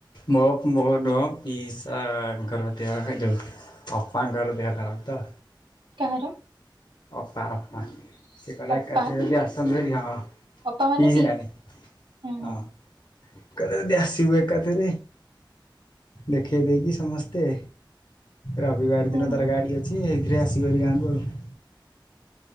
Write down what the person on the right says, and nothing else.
କାହାର?
ଅପା
ଅପା ମାନେ
ହୁଁ ହୁଁ
ହୁଁ